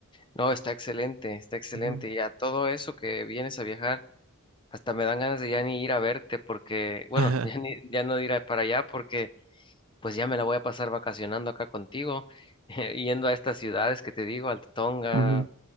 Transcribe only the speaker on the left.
No, está excelente, está excelente.
Y a todo eso que vienes a viajar, hasta me dan ganas de ya ni ir a verte porque, bueno,
<laughs> ya ni, ya no de ir a- para allá porque pues ya me la voy a pasar vacacionando acá contigo, <laughs> yendo a estas ciudades que te digo, Altatonga.